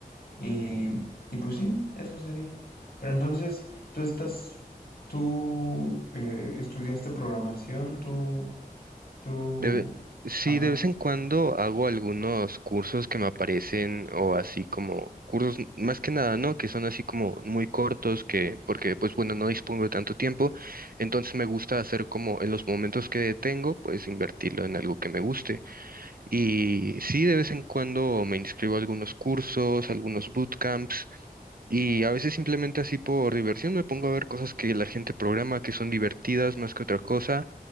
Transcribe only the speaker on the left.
y, y pues sí, eso sería. Pero entonces, tú estás, tú eh, estudiaste programación, tú, tú,
ajá,